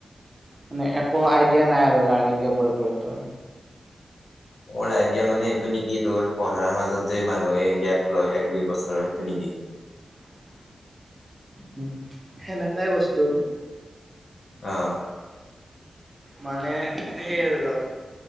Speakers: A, on the right (about 15°); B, on the left (about 70°).
A: মানে একো আইডিয়া নাই আৰু লাৰ্ণিং এপৰ ওপৰত তোৰ।
B: মোৰ আইডিয়া মানে এইটো নেকি তোৰ, পঢ়াৰ মাজত যে মানুহে গেপ লয় এক, দুই বছৰৰ সেইটো নেকি?
A: <inaudible> উ সেনেকাই বস্তু।
B: অ।
A: মানে সেই আৰু ধৰ